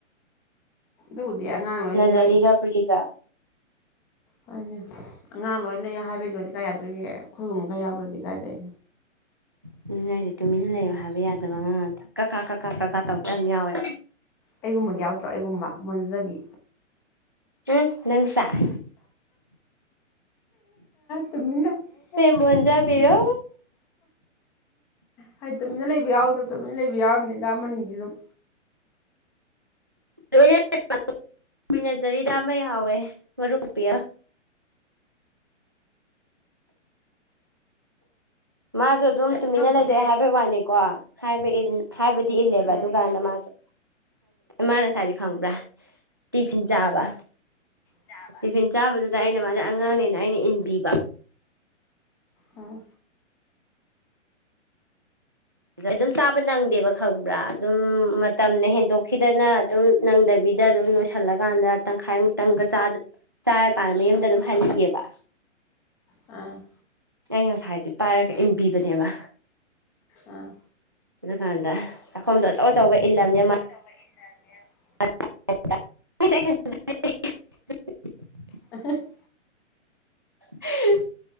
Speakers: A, in the centre; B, on the right (about 20°).
A: ꯑꯕꯨꯗꯤ ꯑꯉꯥꯡ ꯅꫭꯏꯁ‌ꯦ
B: ꯅꯖꯔꯤꯒ ꯄ꯭ꯔꯤꯒ
A: ꯍꫭꯅꯦ ꯑꯉꯥꯡ ꯅꫭꯏꯅ ꯂꯩ ꯍꯥꯏꯕꯩ ꯂꯣꯗꯤ ꯀꯥꯏ ꯌꯥꯗꯣꯏꯔꯤꯒꯦ ꯑꯩꯈꯣꯏꯒꯨꯝꯕ ꯈꯔ ꯌꯥꯎꯗ꯭ꯔꯗꯤ ꯀꯥꯏꯗꯩ
B: ꯑꯗꯨꯅ‌ꯦꯍꯥꯏꯖ‌ꯦ ꯇꯨꯃꯤꯟꯅ ꯂꯩꯑꯎ ꯍꯥꯏꯕ ꯌꯥꯗꯕ ꯑꯉꯥꯡ ꯀꯛ ꯀꯥ ꯀꯛ ꯀꯥ ꯀꯛ ꯀꯥ ꯇꯧꯗ ꯌꯥꯝ ꯌꯥꯎꯋꯦ
A: ꯑꯩꯒꯨꯝꯕ ꯌꯥꯎꯗ꯭ꯔꯣ ꯑꯩꯒꯨꯝꯕ ꯃꫭꯟꯖꯕꯤ
B: ꯎꯝ ꯅꯪꯁ‌ꯦ
A: ꯇꯨꯃꯤꯟꯅ <unintelligible>
B: ꯃꯣꯟꯖꯥꯕꯤꯔꯣ
A: ꯍꯥꯏꯗꯤ ꯇꯨꯃꯤꯟꯅ ꯂꯩꯕ ꯌꯥꯎꯗ꯭ꯔꯣ ꯇꯨꯃꯤꯅ ꯂꯩꯕ ꯌꯥꯎꯔꯝꯅꯤꯗꯥ ꯑꯃ ꯑꯅꯤꯗꯤ ꯑꯗꯨꯝ
B: <unintelligible> ꯂꯣꯏꯅꯖꯔꯤꯗ ꯑꯃ ꯍꯥꯎꯋꯦ ꯃꯔꯨꯊꯣꯛꯄꯤ ꯃꯥꯗꯣ ꯑꯗꯨꯝ ꯇꯨꯃꯤꯟꯅ
A: ꯅꯪꯕꯨꯗꯤ
B: ꯂꯩꯖꯩ ꯍꯥꯏꯕꯩ ꯋꯥꯅꯤꯀꯣ ꯍꯥꯏꯕ ꯍꯥꯏꯕꯗꯤ ꯏꯜꯂꯦꯕ
A: ꯎꯝ
B: ꯑꯗꯨꯀꯥꯟꯗ ꯃꯥꯁꯨ ꯃꯥꯅ ꯉꯥꯁꯥꯏꯁꯦ ꯈꯪꯕ꯭ꯔꯥ ꯇꯤꯐꯤꯟ ꯆꯥꯕ
A: ꯆꯥꯕ
B: ꯇꯤꯐꯤꯟ ꯆꯥꯕꯗꯨꯗ ꯑꯩꯅ ꯃꯥꯁꯦ ꯑꯉꯥꯡꯅꯦꯅ ꯑꯩꯅ ꯏꯟꯕꯤꯕ
A: ꯎꯝ
B: ꯑꯗ ꯑꯗꯨꯝ ꯆꯥꯕ ꯅꯪꯗꯦꯕ ꯈꯪꯕ꯭ꯔꯥ ꯑꯗꯨꯝ ꯃꯇꯝꯅ ꯍꯦꯟꯗꯣꯛꯈꯤꯗꯅ ꯑꯗꯨꯝ ꯅꯪꯗꯕꯤꯗ ꯑꯗꯨꯝ ꯂꯣꯏꯁꯤꯜꯂꯀꯥꯟꯗ ꯇꯪꯈꯥꯏꯃꯨꯛꯇꯪꯒ ꯆꯥꯗꯕꯤ ꯆꯥꯔꯀꯥꯟꯗ ꯃꯌꯨꯝꯗ ꯑꯗꯨꯝ ꯍꯥꯟꯒꯤꯕ
A: ꯑꯝ
B: ꯑꯩꯅ ꯉꯁꯥꯏꯗꯣ ꯄꯥꯏꯔꯒ ꯏꯟꯕꯤꯕꯅꯦꯕ
A: ꯑꯥ
B: ꯑꯗꯨꯀꯥꯟꯗ ꯆꯥꯛꯈꯣꯝꯗꯣ ꯑꯆꯧ ꯑꯆꯧꯕ ꯏꯂꯝꯅꯦ ꯃꯥ
A: ꯆꯕ ꯏꯟꯁꯥ <inaudible>
B: <unintelligible>
A: ꯑ <unintelligible>
B: <unintelligible>